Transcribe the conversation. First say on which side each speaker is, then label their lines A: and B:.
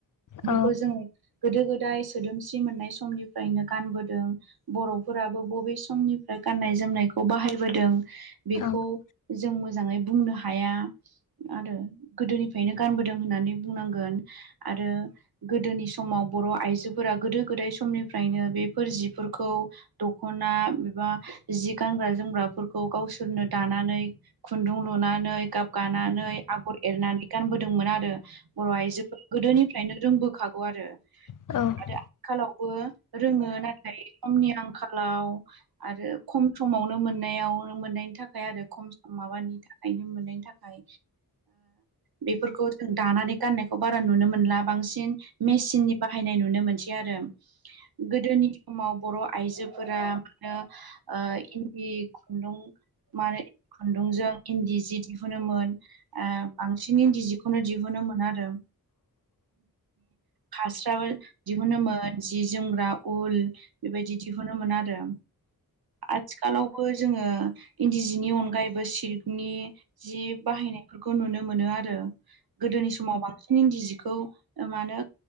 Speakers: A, on the left; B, on the right.
A: औ
B: बेखौ जोङो गोदो गोदाय सोदोमस्रि मोननाय समनिफ्रायनो गानबोदों बर'फोराबो बबे समनिफ्राय गाननाय जोमनायखौ बाहायबोदों बेखौ
A: औ
B: जों मोजाङै बुंनो हाया आरो गोदोनिफ्रायनो गानबोदों होननानै बुंनांगोन आरो गोदोनि समाव बर' आइजोफोरा गोदो गोदाय समनिफ्रायनो बेफोर जिफोरखौ दख'ना एबा जि गानग्रा जोमग्राफोरखौ गावसोरनो दानानै खुन्दुं लुनानै गाब गानानै आगर एरनानै गानबोदोंमोन आरो बर' आइजोफोरा गोदोनिफ्रायनो रोंबोखागौ आरो
A: औ
B: आंखालावबो रोङो नाथाय सममनि आंखालाव आरो खम समावनो मोननायाव मोननायनि थाखाय आरो खम सम माबानि थाखाय नो मोननायनि थाखाय बेफोरखौ जों दानानै गाननायखौ बारा नुनो मोनला बांसिन मेसिननि बाहायनाय नुनो मोनसै आरो गोदोनि समाव बर' आइजोफोरा मा होनो इन्दि खुन्दुं मानो खुन्दुंजों इन्दि जि दिहुनो बांसिन इन्दि जिखौनो दिहुनो मोन आरो खास्राबो दिहुनोमोन जि जोमग्रा उल बेबायदि दिहुनो मोनो आरो आथिखालावबो जोङो इन्दि जिनि अनगायैबो सिल्कनि जि बाहायनायफोरखौ नुनो मोनो आरो गोदोनि समाव बांसिन इन्दि जिखौ म होने